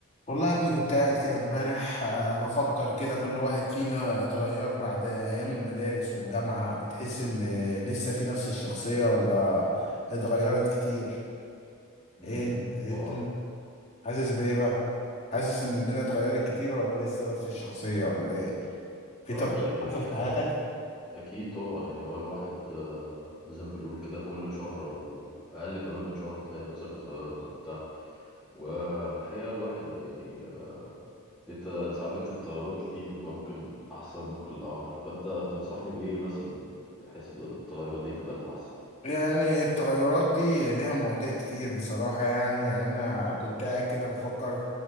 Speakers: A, on the left (about 30°); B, in the centre.
A: والله يا ابني كنت قاعد كده امبارح آه، بفكر كده كل واحد فينا اتغير بعد ايام المدارس والجامعة بتحس ان لسه في نفس الشخصية ولا اتغيرت كتير
B: امم
A: ايه انت إيه
B: طبعا
A: الدنيا؟ حاسس بايه بقى حاسس ان الدنيا اتغيرت كتير ولا لسه نفس الشخصية ولا ايه في
B: اه
A: تغير
B: يعني
A: حصل في
B: آه،
A: حياتك
B: اكيد طبعا يعني هو الواحد آه، زي ما بنقول كده كل شهر او اقل كمان من شهر تلاقي نفسك اتغيرت وبتاع وفي الحقيقة الواحد يعني آه، انت ساعات بتشوف تغيرات كتير فممكن احسن ممكن الاوحش فانت تنصحني بايه مثلا بحيث التغيرات دي تبقى الاحسن
A: يعني التغيرات دي ليها مواضيع كتير بصراحة يعني يعني أنا كنت قاعد كده بفكر